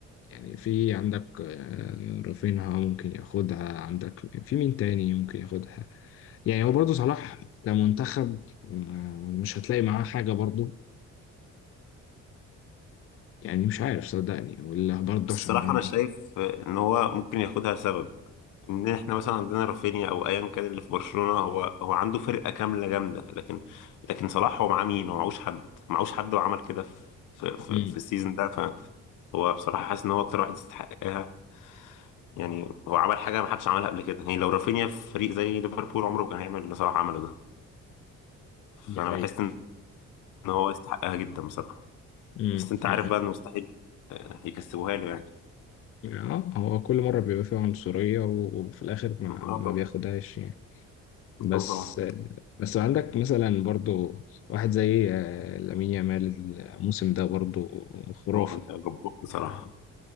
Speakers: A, on the left; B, on the left.
A: يعني في عندك آه، رافينها ممكن ياخدها عندك في مين تاني ممكن ياخدها يعني هو برضو صلاح كمنتخب آه، مش هتلاقي معاه حاجة برضو يعني مش عارف صدقني ولا برضه
B: بس
A: عشان
B: الصراحه انا شايف ان هو ممكن ياخدها لسبب ان احنا مثلا عندنا رافينيا او ايا كان اللي في برشلونه هو هو عنده فرقه كامله جامده لكن لكن صلاح هو معاه مين هو معهوش حد معهوش حد وعمل كده في في,
A: مم.
B: في السيزون ده فهو بصراحه حاسس ان هو اكتر واحد يستحقها يعني هو عمل حاجه ما حدش عملها قبل كده يعني لو رافينيا في فريق زي ليفربول عمره ما كان هيعمل اللي صلاح عمله ده
A: دي
B: فانا
A: حقيقة
B: بحس ان هو يستحقها جدا بصراحه
A: مم.
B: بس انت
A: مم.
B: عارف بقى انه مستحيل آه، يكسبوها له يعني
A: اه هو كل مرة بيبقى فيها عنصرية وفي الآخر ما, ما
B: آه،
A: بياخدهاش يعني بس
B: بطل صلاح
A: بس عندك مثلا برضه واحد زي آه، لامين يامال الموسم ده برضه خرافي
B: هو جبار بصراحة
A: يعني